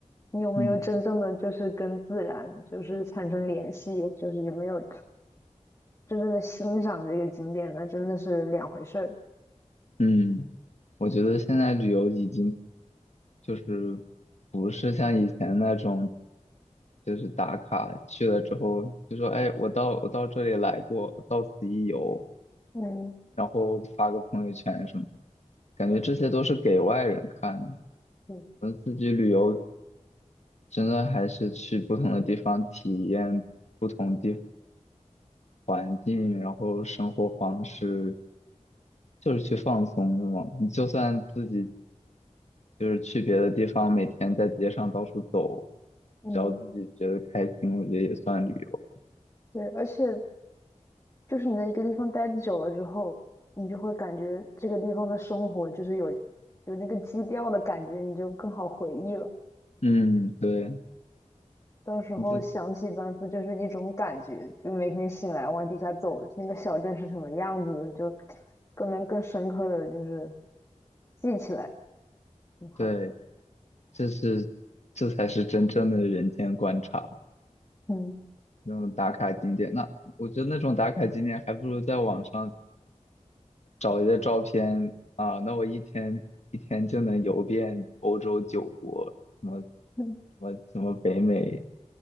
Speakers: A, on the left (about 25°); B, on the left (about 60°).
A: 你有没有真正的就是跟自然就是产生联系？
B: 嗯。
A: 就是有没有？真正的欣赏这个景点，那真的是两回事儿。
B: 嗯，我觉得现在旅游已经就是不是像以前那种，就是打卡去了之后就说，哎，我到我到这里来过，到此一游，
A: 嗯
B: 然后发个朋友圈什么，感觉这些都是给外人看的。
A: 嗯
B: 我们自己旅游真的还是去不同的地方体验不同。环境，然后生活方式，就是去放松的嘛。你就算自己就是去别的地方，每天在街上到处走，
A: 嗯，
B: 只要自己觉得开心，我觉得也算旅游。
A: 对，而且就是你在一个地方待久了之后，你就会感觉这个地方的生活就是有有那个基调的感觉，你就更好回忆了。
B: 嗯，对，
A: 到时候想起班夫就是一种感觉，
B: 你就
A: 就每天醒来往底下走，那个小镇是什么样子的，就更能更深刻的就是记起来，很好。
B: 对，这是这才是真正的人间观察，
A: 嗯
B: 那种打卡景点。那我觉得那种打卡景点还不如在网上找一些照片啊，那我一天一天就能游遍欧洲九国，什么什
A: 嗯，
B: 么什么北美，